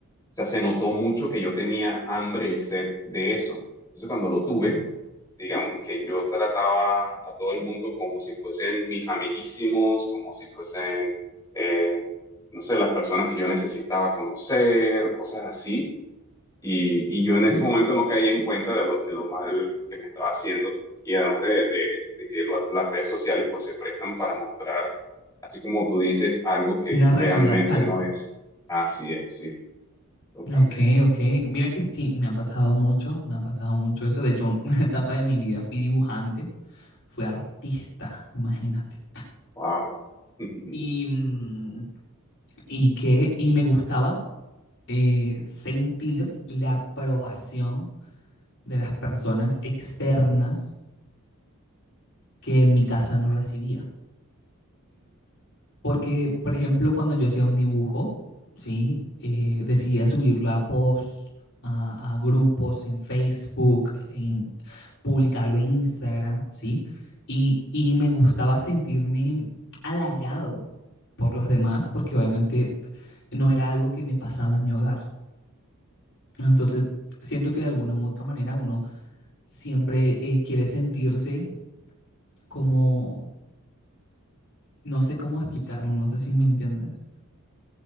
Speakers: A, on the left; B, on the left.
A: O sea, se notó mucho que yo tenía hambre y sed de eso. Entonces, cuando lo tuve, digamos que yo trataba a todo el mundo como si fuesen mis amiguísimos, como si fuesen, eh, no sé, las personas que yo necesitaba conocer, cosas así. Y, y yo en ese momento no caía en cuenta de lo, de lo mal que me estaba haciendo y además de, de, de que lo- las redes sociales pues se prestan para mostrar, así como tú dices, algo que
B: Una realidad
A: realmente
B: falsa.
A: no es. Así es, sí, totalmente.
B: Ok, ok. Mira que sí, me ha pasado mucho, me ha pasado mucho eso. De hecho, un- <laughs> una etapa de mi vida fui dibujante, fui artista, imagínate.
A: Wow. <laughs>
B: Y, mm, y que, y me gustaba eh, sentir la aprobación de las personas externas que en mi casa no recibía. Porque, por ejemplo, cuando yo hacía un dibujo, ¿sí? Eh, decidía subirlo a posts, a, a grupos en Facebook, en, publicarlo en Instagram, ¿sí? Y, y me gustaba sentirme halagado por los demás, porque obviamente no era algo que me pasaba en mi hogar, Entonces, siento que de alguna u otra manera uno siempre eh, quiere sentirse como, no sé cómo explicarlo, no sé si me entiendes,